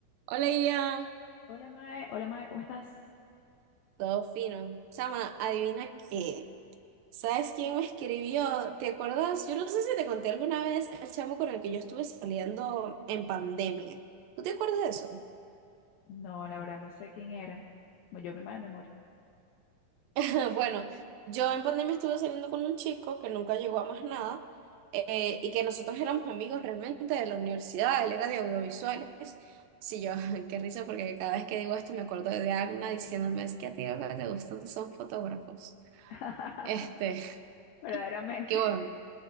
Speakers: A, on the right; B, on the left.
A: Hola, Iria.
B: Hola Mae, hola Mae, ¿cómo estás?
A: Todo fino. Chama, adivina qué. ¿Sabes quién me escribió? ¿Te acuerdas? Yo no sé si te conté alguna vez el chamo con el que yo estuve saliendo en pandemia. ¿Tú te acuerdas de eso?
B: No, la verdad no sé quién era. No, Yo me mala memoria.
A: <laughs> Bueno, yo en pandemia estuve saliendo con un chico que nunca llegó a más nada eh, y que nosotros éramos amigos realmente de la universidad. Él era de audiovisuales. Sí, yo, <laughs> qué risa porque cada vez que digo esto me acuerdo de Agna diciéndome, es que a ti lo que te gustan son fotógrafos.
B: <laughs>
A: Este,
B: Verdaderamente.
A: <laughs> qué bueno.